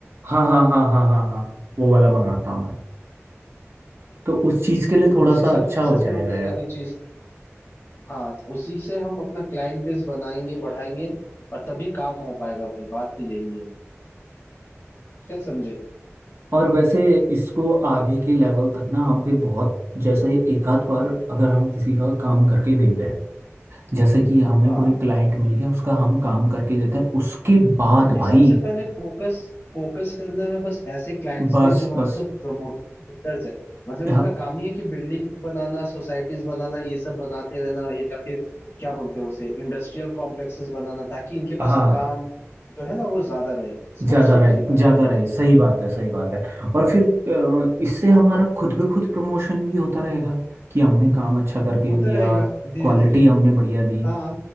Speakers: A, on the right; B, on the left.
A: हाँ हाँ हाँ हाँ हाँ हाँ वो वाला मंगाता हूँ तो उस चीज़ के लिए थोड़ा
B: बस
A: सा
B: उसी
A: अच्छा
B: के बेसिस
A: हो जाएगा
B: पे हम ले
A: यार
B: लेंगे चीज हाँ तो उसी से हम अपना क्लाइंट बेस बनाएंगे बढ़ाएंगे और तभी काम हो पाएगा भाई बात तो यही है क्या समझे
A: और वैसे इसको आगे के लेवल तक ना हम फिर बहुत जैसे एक आध बार अगर हम किसी का काम करके देते हैं जैसे कि हमें
B: हाँ
A: कोई क्लाइंट मिल गया उसका हम काम करके देते हैं उसके बाद
B: हमें
A: भाई
B: सबसे पहले फोकस फोकस करना है बस ऐसे क्लाइंट्स
A: बस
B: पे जो मतलब
A: बस
B: प्रमोटर बिल्डर्स है मतलब
A: हाँ,
B: इनका काम ही है कि बिल्डिंग बनाना सोसाइटीज बनाना ये सब बनाते रहना या फिर क्या बोलते हैं उसे इंडस्ट्रियल कॉम्प्लेक्सेस बनाना ताकि इनके
A: हाँ
B: पास काम जो है ना वो ज्यादा रहे समझ
A: ज्यादा
B: रहे हो
A: रहे
B: मेरी बात
A: ज्यादा रहे सही बात है सही बात है और फिर अ, इससे हमारा खुद ब खुद प्रमोशन भी होता रहेगा कि हमने काम अच्छा करके
B: होता
A: दिया
B: रहेगा धीरे
A: क्वालिटी
B: धीरे
A: हमने बढ़िया दी
B: हाँ